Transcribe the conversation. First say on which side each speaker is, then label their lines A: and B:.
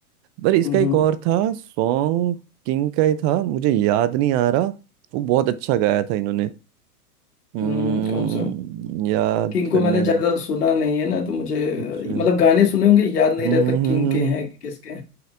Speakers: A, on the right (about 35°); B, on the left (about 80°).
A: पर इसका
B: हम्म
A: एक और था सॉन्ग किंग का ही था मुझे याद नहीं आ रहा वो बहुत अच्छा गाया था इन्होंने हम्म
B: हम्म, कौन सा
A: याद
B: किंग को
A: करने
B: मैंने ज्यादा सुना नहीं है ना तो मुझे
A: अच्छा
B: अ,
A: हम्म
B: मतलब गाने सुने होंगे याद नहीं
A: हम्म,
B: रहता किंग
A: हम्म,
B: के हैं कि किसके हैं।